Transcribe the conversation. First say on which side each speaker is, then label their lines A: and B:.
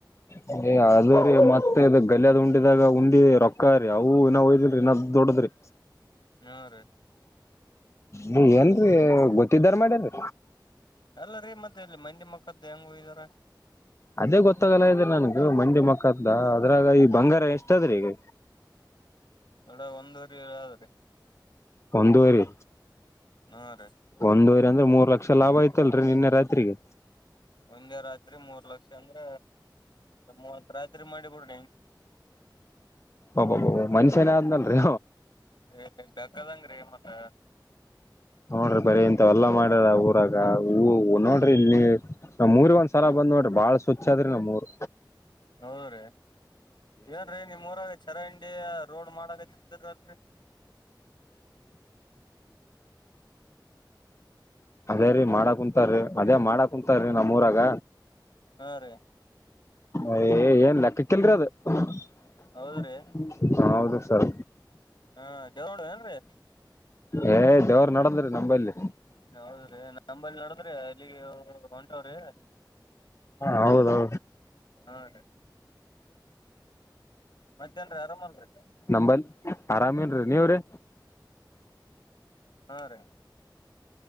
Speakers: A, on the left; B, on the left.
A: ಹೌ ಏ ಅದ ರೀ ಮತ್ತೆ ಇದ ಗಲಿಯಾದ್ ಉಂಡಿದಾಗ ಉಂಡಿ ರೊಕ್ಕ ರೀ ಅವು ಇನ್ನ ಒಯ್ದ್ರಿ ಇನ್ನ್ ದೊಡ್ಡದ್ರಿ
B: ಹ್ಮ ರೀ
A: ನೀ ಏನ್ರೀ ಗೊತ್ತಿದ್ದಾರ ಮಾಡ್ಯಾರ
B: ಎಲ್ಲ ರೀ ಮತ್ತೆ ಇಲ್ಲಿ ಮಂದಿ ಮಕ್ಕ್ದ ಹೆಂಗ ಹಯ್ದಾರ
A: ಅದೇ ಗೊತ್ತಾಗಲ್ಲ ಇದ್ರ ನನ್ಗ ಮಂಡಿ ಮಕ್ಕದ ಅದ್ರಾಗ ಈ ಬಂಗಾರ ಎಷ್ಟದ್ರೀ ಈಗ
B: ನಡ ಒಂದುವರಿ ಆದ್ರರಿ
A: ಒಂದೂವರಿ
B: ನಾರೆ
A: ಒಂದೂವರಿ ಅಂದ್ರೆ ಮೂರ್ ಲಕ್ಷ ಲಾಭ ಆಯ್ತಲ್ರರಿ ನಿನ್ನೆ ರಾತ್ರಿಗೆ
B: ಒಂದೆ ರಾತ್ರಿ ಮೂರ್ ಲಕ್ಷ ಅಂದ್ರ ಮೂವತ್ ರಾತ್ರಿ ಮಾಡಿ ಬಿಡ
A: ಒಬಬಬ ಮನುಷ್ಯ ಏನ ಆದ್ನಲ್ರಿ
B: ಏ ಬೆಕ್ಕದಂಗ್ರೀ ಮತ್ತ
A: ನೋಡ್ರಿ ಬರಿ ಇಂತ ಎಲ್ಲಾ ಮಾಡದ ಊರಾಗ ನೋಡ್ರಿ ಇಲ್ಲಿ ನಮ್ ಊರಿಗೆ ಒಂದ್ಸಲ ಬಂದ್ ನೋಡ್ರಿ ಬಾಳ ಸ್ವಚ್ ಆದ್ರಿ ನಮ್ ಊರ್
B: ಹೌದ್ರೀ ಏನ್ರೀ ನಿಮ್ಮೂರಾಗ ಚರಂಡಿ ರೋಡ್ ಮಾಡಕತ್ತಲ್ರರಿ
A: ಅದೇ ರೀ ಮಾಡಕ್ ಕುಂತಾರೀ ಅದೇ ಮಾಡಕ್ ಕುಂತಾರಿ ನಮ್ಮ್ ಊರಾಗ
B: ಹಾ ರೀ
A: ಅಯ ಏನ್ ಲೆಕ್ಕಕ್ಕಲ್ರಿ ಅದು <inaudible>
B: ಹೌದ್ರಿ
A: ಹೌದು ಸರ್
B: ಹಾ <unintelligible> ನೋಡುವ ಏನ್ರಿ
A: ಹೇ <unintelligible> ನಡದ್ರಿ ನಂಬಲ್ಲಿ
B: ಹೌದ್ರೀ ನಂಬಲ್ಲಿ ನೋಡದ್ರಿ ಅಲ್ಲಿಗೆ ಹೊಂಟವ್ರಿ
A: ಹೌದೌದು
B: ಹಾ ರೀ ಮತ್ತೇನ್ರೀ ಅರಾಮಲ್ರಿ <unintelligible>
A: ನಂಬಲ್ ಆರಾಮೇನ್ರಿ ನೀವ್ರೀ
B: ಹಾ ರೀ